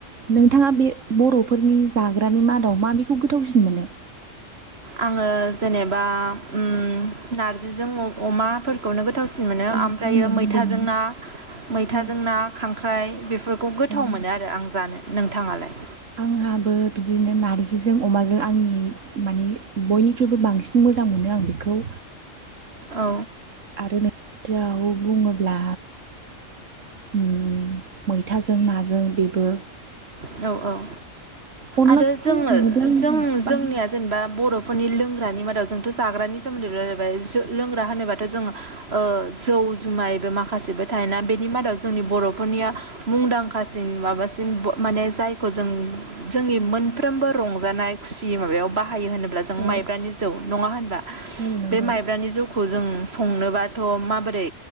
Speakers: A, on the right; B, on the right.
A: नोंथाङा बे बर'फोरनि जाग्रानि मादाव मा बेखौ गोथावसिन मोनो।
B: आङो जेनेबा उम नारजिजों अमाफोरखौनो गो थावसिन मोनो
A: औ
B: ओमफ्राजों
A: आंनाबो बेनो
B: ना मैथाजों
A: औ
B: ना खांख्राइ बे फोरफोरखौ गोथाव
A: औ।
B: मोनो आरो आं जानो नोंथाङालाय?
A: आंहाबो बिदिनो नारजिजों अमाजों आंनि माने बयनिख्रुइबो बांसिन मो मोजां मोनो आं बेखौ।
B: औ
A: आरो नों बुङोब्ला उम मैथाजों नाजों बेबो
B: औ औ
A: अनलाखौ
B: आरो जोङो
A: बुंनो थाङोब्ला आं
B: जों जोंनिया
A: बारा
B: जेनेबा बर'फोरनि लोंग्रानि मादाव जोंथ' जाग्रानि सोमोन्दै'बाय लोंग्रा होनोबाथ' जोङो ओ जौ जुमायबो माखासेबो थायोना बेनि मादाव जोंनि बर'फोरनिया मुंदांखासिन माबासिन ब माने जायखौ जों जोंनि मोनफ्रोमबो रंजानाय खुसि माबायाव बाहायो होनोब्ला जों
A: औ
B: माइब्रानि जौ नङा होनबा
A: औ नंगौ
B: बे माइब्रानि जौखौ जों संनोबाथ' माबोरै